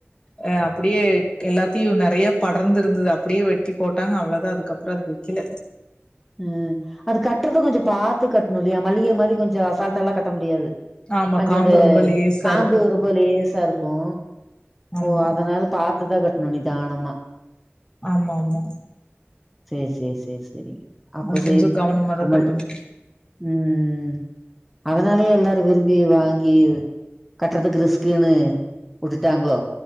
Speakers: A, on the left; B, in the centre.
A: ஆ அப்பிடியே எல்லாத்தையு நெறைய படர்ந்து இருந்தது அப்படியே வெட்டி போட்டாங்க அவ்ளவுதா அதுக்கப்புறோ அத வெக்கில
B: ம் அது கட்றது கொஞ்ச பாத்து கட்ணு இல்லயா மல்லிகை மாரி கொஞ்ச அசால்ட்டா எல்லா கட்ட முடியாது
A: ஆமா
B: கொஞ்ச
A: காம்பு
B: அந்த
A: ரொம்ப லேசா
B: காம்பு
A: இருக்கு
B: ரொம்ப லேசா இருக்கு
A: ஆமா
B: ஓ அதனால பா த்துதா கட்ணு நிதானமா
A: ஆமா ஆமா
B: சேரி சேரி சேரி சேரி அப்ப
A: அது கொஞ்சோ
B: சேரி
A: கவனமாதா
B: உமல்
A: கட்டணு
B: ம் அதனாலயே எல்லாரு விரும்பி வாங்கி ஈவு கட்றதுக்கு ரிஸ்க்குனு வுட்டுட்டாங்ளோ